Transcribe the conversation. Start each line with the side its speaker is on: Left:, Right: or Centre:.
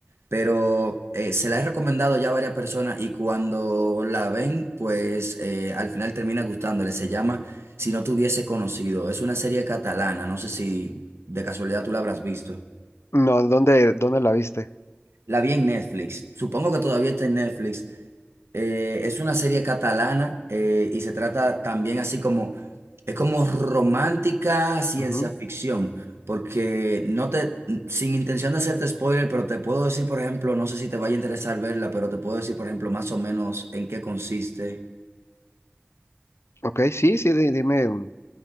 Right: pero eh, se la he recomendado ya a varias personas y cuando la ven, pues eh, al final termina gustándole. Se llama Si no te hubiese conocido. Es una serie catalana. No sé si de casualidad tú la habrás visto.
Left: No, ¿dónde, dónde la viste?
Right: La vi en Netflix. Supongo que todavía está en Netflix. Eh, es una serie catalana eh, y se trata también así como, es como romántica ciencia
Left: Ujú.
Right: ficción, porque no te, sin intención de hacerte spoiler, pero te puedo decir, por ejemplo, no sé si te vaya a interesar verla, pero te puedo decir, por ejemplo, más o menos en qué consiste.
Left: Ok, sí, sí, di- dime un-